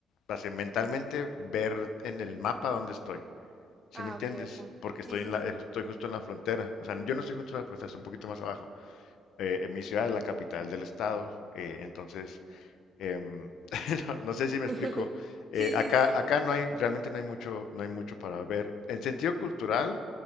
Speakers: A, on the left; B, on the right.
A: así, mentalmente ver en el mapa dónde estoy. ¿Sí
B: Ah,
A: me entiendes?
B: ok, ok.
A: Porque
B: Sí,
A: estoy,
B: sí,
A: en la,
B: sí.
A: eh, estoy justo en la frontera. O sea, yo no estoy justo en la frontera, estoy un poquito más abajo. Eh, en mi ciudad es la capital del estado. eh, entonces, em, <laughs> no, no sé si me
B: <laughs>
A: explico. Eh,
B: Sí, sí,
A: acá,
B: sí, sí.
A: acá no hay, realmente no hay mucho, no hay mucho para ver. En sentido cultural,